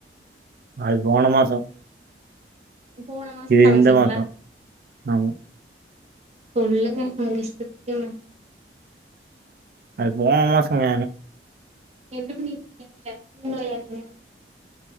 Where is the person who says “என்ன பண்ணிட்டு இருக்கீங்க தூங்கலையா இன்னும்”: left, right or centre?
Right